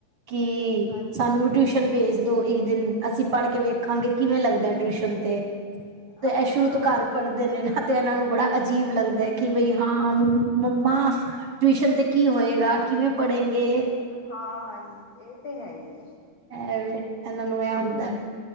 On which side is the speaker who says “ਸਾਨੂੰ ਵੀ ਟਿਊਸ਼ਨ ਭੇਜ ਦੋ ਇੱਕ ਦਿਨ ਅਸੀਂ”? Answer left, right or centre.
Right